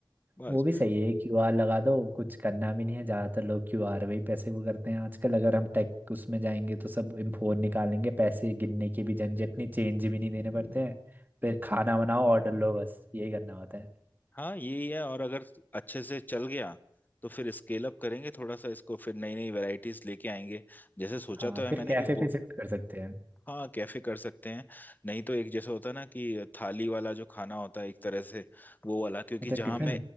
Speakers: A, on the left; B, on the right.
A: बस।
B: वो भी सही है क्यूआर लगा दो कुछ करना भी नहीं है ज़्यादातर लोग क्यूआर में ही पैसे वो करते हैं आजकल अगर हम टेक उसमें जाएंगे तो सब फोन निकालेंगे पैसे गिनने की भी झंझट नहीं चेंज भी नहीं देने पड़ते हैं फिर खाना बनाओ ऑर्डर लो बस यही करना होता है
A: हाँ यही है और अगर अच्छे से चल गया तो फिर स्केल अप करेंगे थोड़ा सा इसको फिर नई नई वैरायटीज लेके आएंगे जैसे सोचा
B: हाँ
A: तो है
B: फिर
A: मैंने
B: कैफे
A: कि पो-
B: पे शिफ्ट कर सकते हैं
A: हाँ कैफे कर सकते हैं नहीं तो एक जैसे होता है ना कि थाली वाला जो खाना होता है एक तरह से वो वाला क्योंकि
B: अच्छा
A: जहाँ
B: वो तो है टिफिन
A: मैं